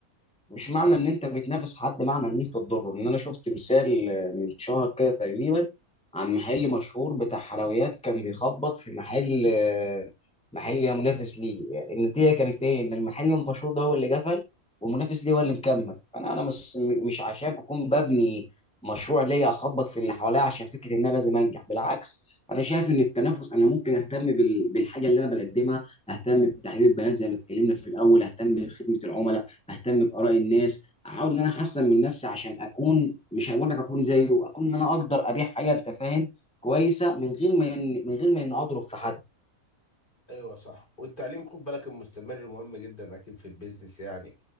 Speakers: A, in the centre; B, on the left.
A: مش معنى ان انت بتنافس حد معنى ان انت تضره ان انا شفت مثال آه، من شهر كده تقريبا عن محل مشهور بتاع حلويات كان بيخبط في محل آه، محل يا منافس ليه النتيجه كانت ايه ان المحل المشهور ده هو اللي قفل والمنافس ليه هو اللي مكمل فانا انا مش مش عشان اكون ببني مشروع ليا اخبط في اللي حواليا عشان فكره ان انا لازم انجح بالعكس انا شايف ان التنافس انا ممكن اهتم بال- بالحاجه اللي انا بقدمها اهتم بتحليل البيانات زي ما اتكلمنا في الاول اهتم بخدمه العملاء اهتم باراء الناس احاول ان انا احسن من نفسي عشان اكون مش هقول لك اكون زيه اكون ان انا اقدر ابيع حاجه انت فاهم كويسه من غير ما إن- من غير ما اني اضرب في حد
B: ايوه صح والتعليم خد بالك المستمر مهم جدا اكيد في البيزنس يعني